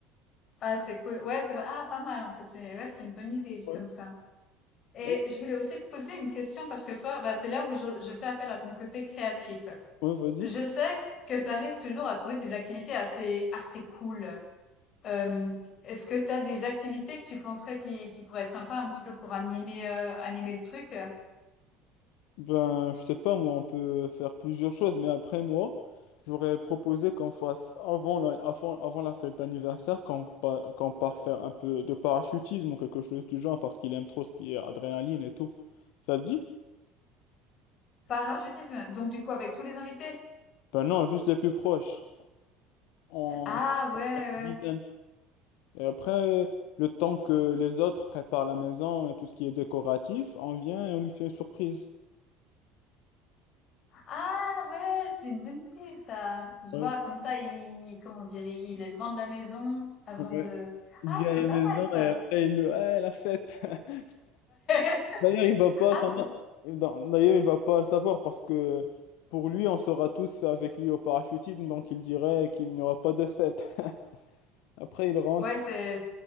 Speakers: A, on the left; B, on the left.
A: ah c'est cool. Ouais, c'est vrai. Ah pas mal en fait. C'est ouais, c'est une bonne idée vu
B: Ouais.
A: comme ça. Et
B: Et-
A: je voulais aussi te poser une question parce que toi, bah c'est là où je, je fais appel à ton côté créatif.
B: Ouais, vas-y.
A: Je sais que tu arrives toujours à trouver des activités assez assez cool. Euh, est-ce que tu as des activités que tu penserais qui, qui pourraient être sympas un petit peu pour animer, euh, animer le truc?
B: Ben, je sais pas, moi, on peut faire plusieurs choses, mais après, moi, j'aurais proposé qu'on fasse avant la, avant, avant la fête d'anniversaire, qu'on pa- qu'on part faire un peu de parachutisme ou quelque chose du genre, parce qu'il aime trop ce qui est adrénaline et tout. Ça te dit?
A: Parachutisme, donc du coup avec tous les invités.
B: Ben non, juste les plus proches, en
A: Ah ouais, ouais.
B: dizaine. Et après, le temps que les autres préparent la maison et tout ce qui est décoratif, on vient et on lui fait une surprise.
A: Ah ouais, c'est une bonne idée ça. Je
B: Ouais,
A: vois comme ça, il, comment dire, il est devant de la maison avant
B: ouais.
A: de.
B: Il
A: Ah,
B: vient à
A: c'est
B: la
A: pas
B: maison
A: mal ça.
B: et après, il le... Ouais, la fête! <laughs>
A: <laughs>
B: D'ailleurs, il va pas
A: Ah,
B: s'en-
A: c'est...
B: D'ailleurs, il va pas le savoir parce que pour lui, on sera tous avec lui au parachutisme, donc il dirait qu'il n'y aura pas de fête. <laughs> Après, il rentre.
A: Ouais, c'est,